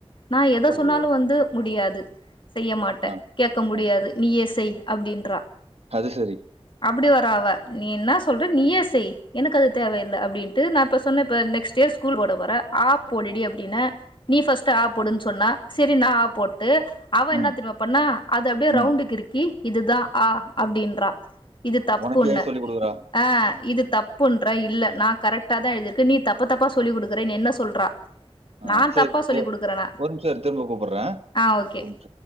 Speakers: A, on the left; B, on the right.
A: நா எத
B: சரி.
A: சொன்னாலு வந்து முடியாது செய்ய மாட்டே
B: ஆ,
A: கேக்க முடியாது
B: ஆ.
A: நீயே செய் அப்டின்றா
B: சேரி
A: அப்டி வரா அவ நீ என்ன சொல்ற நீயே செய் எனக்கு அது தேவயில்லை அப்டின்ட்டு நா இப்ப சொன்ன ப நெக்ஸ்ட் இயர் ஸ்கூல் போட போறே ஆ போடுடி அப்டின்ன நீ ஃபஸ்ட் ஆ போடுன்னு சொன்னா சேரி நா ஆ போட் டு அவ
B: ம்,
A: என்ன தெரியுமா பண்ணா அது அப்டியே
B: ம்.
A: ரவுண்டு கிருக்கி இதுதா ஆ அப்டின்றா இது தப்புன்னு
B: உனக்கு ஏன் சொல்லிக் குடுக்குறா?
A: ஆ இது தப்புன்ற இல்ல நா கரெக்டா தா எழுதிருக்கு நீ தப்பு தப்பா சொல்லி குடுக்குறே என்ன சொல்றா
B: ஆ
A: நா
B: சரி.
A: தப்பா
B: இதோ
A: சொல்லி குடுக்குறேனா
B: ஒரு நிமிஷம் இரு திரும்ப கூப்பிடுறேன்.
A: ஆ ஓகே
B: ஒரு நிமிஷம்.